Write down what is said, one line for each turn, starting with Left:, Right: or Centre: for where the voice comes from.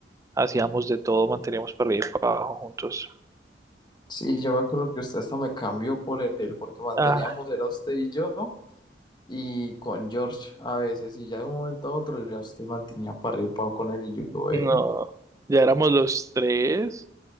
Right: hacíamos de todo, manteníamos para arriba y para abajo juntos.
Left: Sí, yo me acuerdo que usted hasta me cambió por él, porque manteníamos,
Right: Ah,
Left: era usted y yo, y con George a veces, y ya de un momento a otro ya usted mantenía para arriba con él y yo, ve.
Right: no, ya éramos los tres.